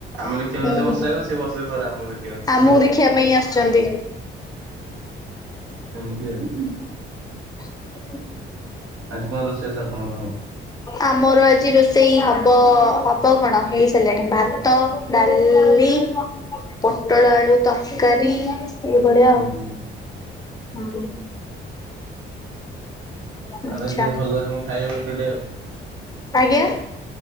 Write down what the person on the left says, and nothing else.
ହୁଁ
ଆମକୁ
ଦେଖିବା ପାଇଁ ଆସିଛନ୍ତି।
<inaudible>
ଆମର ଆଜି ରୋଷେଇ ହବ ହବ କଣ? ହେଇ ସାରିଲାଣି ଭାତ ଡ଼ାଲି। ପୋଟଳ ଆଳୁ ତରକାରୀ। ସେଇ ବଳିଆ ଆଉ
ହ ଆଚ୍ଛା
ଆଜ୍ଞା।